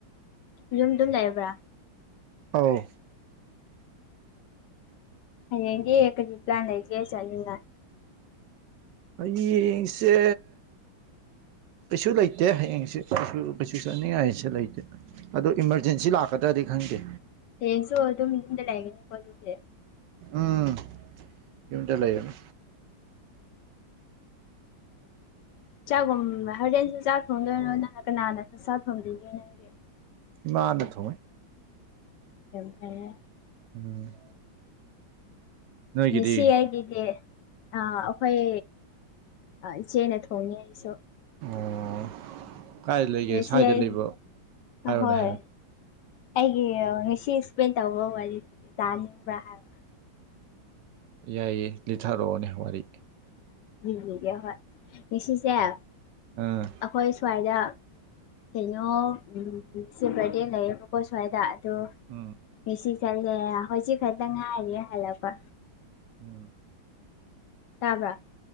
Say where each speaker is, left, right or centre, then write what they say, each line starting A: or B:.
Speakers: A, on the left; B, on the right.
A: ꯌꯨꯝꯗꯨꯝ ꯂꯩꯕ꯭ꯔꯥ
B: ꯑꯥꯎ
A: ꯍꯌꯦꯡꯒꯤ ꯀꯖꯤ ꯄ꯭ꯂꯥꯟ ꯂꯩꯒꯦ ꯆꯅ
B: ꯍꯌꯦꯡꯁꯦ ꯀꯩꯁꯨ ꯂꯩꯇꯦ ꯍꯌꯦꯡꯁꯦ ꯀꯩꯁꯨ ꯀꯩꯁꯨ ꯆꯠꯅꯤꯡꯉꯥꯏꯁꯨꯦ ꯂꯩꯇꯦ ꯑ ꯏꯃꯥꯔꯖꯦꯟꯁꯤ ꯂꯥꯛꯀꯗ꯭ꯔꯗꯤ ꯈꯪꯗꯦ
A: ꯍꯁꯨ ꯑꯗꯨ ꯃꯤꯗ ꯂꯩꯒꯦꯅꯤ ꯀꯣꯦ
B: ꯎꯝ ꯌꯃꯤꯇ ꯂꯩꯒꯅ
A: ꯆꯥꯛꯒꯨꯝ ꯍꯣꯔꯦꯟꯁꯨ ꯆꯥꯛ ꯊꯣꯡꯗꯣꯏꯅꯣ ꯅꯪ ꯀꯅꯥꯅ ꯆꯥꯛ ꯊꯣꯡꯕꯤꯒꯦ ꯅꯪꯒꯤ
B: ꯃꯥ ꯅ ꯊꯣꯡꯋꯦ
A: ꯀ ꯐꯑꯦ
B: ꯎꯝ ꯅꯣꯏꯒꯤꯗꯤ
A: ꯃꯤꯁꯤ ꯍꯥꯏꯒꯗꯦ ꯑ ꯑꯩꯈꯣꯏ ꯏꯆꯦꯅ ꯊꯣꯡꯉ ꯑꯩꯁꯨ
B: ꯑꯣ ꯀꯥꯏ ꯂꯩꯒꯦ
A: ꯑꯦꯁꯤꯌꯥꯥꯏ
B: ꯁ꯭ꯋꯥꯏꯗ ꯂꯩꯕ꯭ꯔꯣ ꯍꯥꯏꯔꯣꯅꯦ
A: ꯍꯣꯏ
B: ꯍꯥꯏꯔꯣꯅꯦ
A: ꯑꯩꯒꯤ ꯍꯁꯤ ꯑꯦꯁꯄ꯭ꯂꯦꯟ ꯇꯧꯕ ꯋꯥꯔꯤꯗꯤꯕ꯭ꯔ ꯍꯥꯏꯕ
B: ꯌꯥꯏꯌꯦ ꯂꯤꯊꯥꯔꯛꯑꯣꯅꯦ ꯋꯥꯔꯤ
A: ꯦ ꯍꯣꯏ ꯉꯁꯤꯁꯦ ꯑꯩꯈꯣꯏ
B: ꯑꯥ
A: ꯁ꯭ꯋꯥꯏꯗ ꯀꯩꯅꯣꯁꯦ ꯕꯥꯔꯗꯦ ꯂꯩꯌꯦꯕꯀꯣ ꯁ꯭ꯋꯥꯏꯗ ꯑꯗꯣ
B: ꯎꯝ
A: ꯉꯁꯤ ꯆꯠꯂꯦ ꯍꯧꯖꯤꯛ ꯈꯛꯇꯪ ꯉꯥꯏꯔꯤꯦ ꯍꯜꯂꯛꯄ
B: ꯎꯝ
A: ꯇꯥꯕ꯭ꯔꯥ